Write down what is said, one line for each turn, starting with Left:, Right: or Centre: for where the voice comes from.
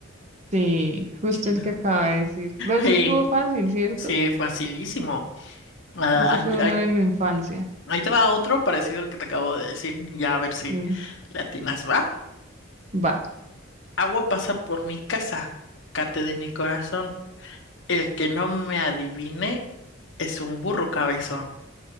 Right: Sí, justo
Left: Sí,
Right: el que acaba de decir. Pero eso
Left: sí,
Right: estuvo fácil, ¿cierto?
Left: sí, facilísimo. Ah,
Right: Ese fue
Left: aquí,
Right: uno de mi infancia.
Left: Ahí te va otro parecido al que te acabo de decir. Ya a ver si
Right: Sí,
Left: le atinas, ¿va?
Right: va.
Left: Agua pasa por mi casa, cate de mi corazón. El que no me adivine es un burro cabezón.